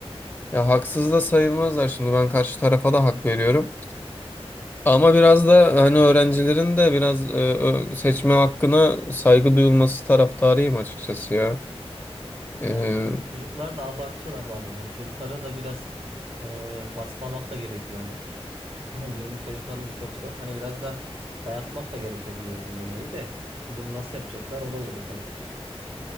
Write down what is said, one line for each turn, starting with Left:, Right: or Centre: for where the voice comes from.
Left: Ya haksız da sayılmazlar şimdi ben karşı tarafa da hak veriyorum. Ama biraz da hani öğrencilerin de biraz e, ö- seçme hakkına saygı duyulması taraftarıyım açıkçası ya. E,
Right: Ya şimdi çocuklar da abartıyorlar bazen. Hani çocuklara da biraz e, baskılamak da gerekiyor hani. Ama günümüz çocuklarının da çok zor. Hani biraz da dayatmak da gerekiyor bir yerde yemeği de. Bunu nasıl yapacaklar? O da zor tabii.